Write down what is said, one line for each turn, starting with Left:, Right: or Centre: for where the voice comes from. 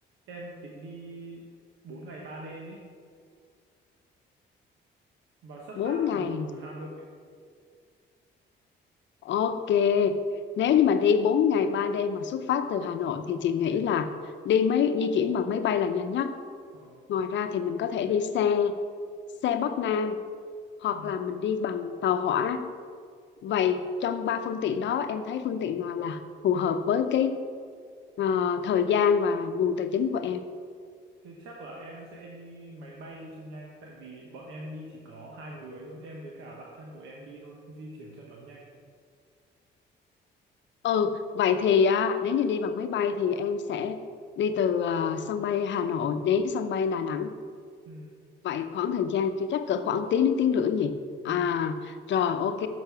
Right: em tính đi 4 ngày 3 đêm ý. và xuất
Left: bốn
Right: phát
Left: ngày.
Right: từ Hà Nội
Left: Ok. Nếu như mà đi 4 ngày 3 đêm mà xuất phát từ Hà Nội thì chị nghĩ là đi máy di chuyển bằng máy bay là nhanh nhất.
Right: ờ,
Left: Ngoài ra thì mình có thể đi xe xe Bắc Nam hoặc
Right: ừ.
Left: là mình đi bằng tàu hỏa vậy trong ba phương tiện đó em thấy phương tiện nào là phù hợp với cái ờ, thời gian và nguồn tài chính của em
Right: Thế chắc là em sẽ đi máy bay đi cho nhanh tại vì bọn em đi chỉ có hai người thôi em với cả bạn thân của em đi thôi di chuyển cho nó nhanh
Left: ừ vậy thì à, nếu như đi bằng máy bay thì em sẽ đi từ à, sân bay Hà Nội đến sân bay Đà Nẵng
Right: ừ.
Left: vậy khoảng thời gian chưa chắc cỡ khoảng tiếng đến tiếng rưỡi nhỉ à
Right: Ừ.
Left: rồi ok